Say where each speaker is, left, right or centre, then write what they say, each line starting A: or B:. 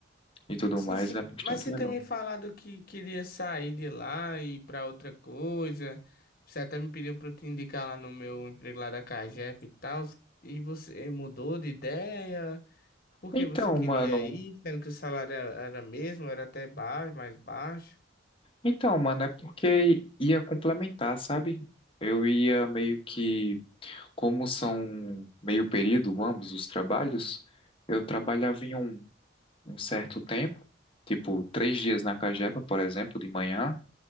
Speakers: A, on the left (about 25°); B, on the left (about 45°).
A: e tudo
B: Sim,
A: mais.
B: sim.
A: É bastante
B: Mas você
A: legal.
B: também falado que queria sair de lá e ir pra outra coisa. Você até me pediu pra eu te indicar lá no meu emprego lá da Cagep e tal. E você eh, mudou de ideia? Porque
A: Então,
B: você queria
A: mano.
B: ir, sendo que o salário era era mesmo, era até baixo, mais baixo.
A: Então, mano, é porque ia complementar, sabe? Eu ia meio que, como são meio período ambos os trabalhos, eu trabalhava em um, um certo tempo, tipo três dias na Cagepa, por exemplo, de manhã,